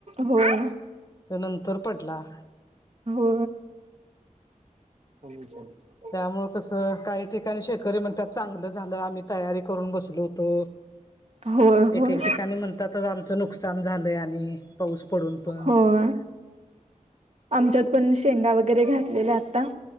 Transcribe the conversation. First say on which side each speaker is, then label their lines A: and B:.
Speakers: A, on the right; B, on the left.
A: होय
B: नंतर पडला.
A: हो. समी <unintelligible>
B: त्यामुळ कसं काही ठिकाणी शेतकरी म्हणत्यात चांगलं झालं आम्ही तयारी करून बसलो हो -- तो.
A: होय होय
B: एक एक ठिकाणी म्हणतात आमचं नुकसान झालंय आणि पाऊस पडून पडुन
A: होय आमच्यात पण शेंगा वगैरे घातलेल्या आता.